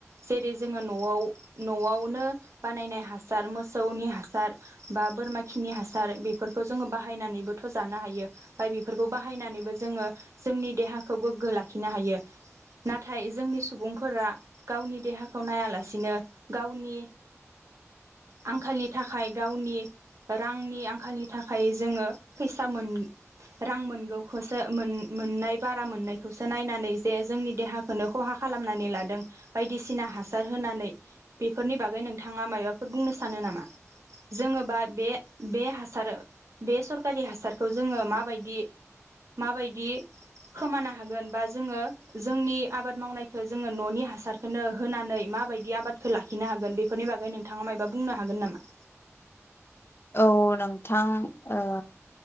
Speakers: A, on the right (about 75°); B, on the left (about 50°).
A: जेरै जोङो नआव नआवनो बानायनाय हासार मोसौनि हासार बा बोरमा खिनि हासार बेफोरखौ जोङो बाहायनानैबोथ जानो हायो बा बेफोरखौ बाहायनानैबो जोङो जोंनि देहा खौ गोग्गो लाखिनो हायो नाथाय जोंनि सुबुंफोरा गावनि देहाखौ नायालासिनो गावनि आंखालनि थाखाय गावनि रांनि आंखालनि थाखाय जोङो फैसा मोन रां मोनगौसो मोन मोननाय बारा मोननायखौसो नायनानै जे जोंनि देहाखौनो खहा खालामनानै लादों बायदिसिना हासार होनानै बेफोरनि बागै नोंथाङा मायबाफोर बुंनो सानो नामा जोङो बा बे हासार बे सरखारि हासारखौ जोङो माबायदि माबायदि खोमानो हागोन बा जोङो जोंनि आबाद मावनायखो जोङो ननि हासारखोनो होनानै माबायदि आबादखो लाखिनो हागोन बेफोरनि बागै नोंथाङा मायबा बुंनो हागोन नामा?
B: औ नोंथां ओ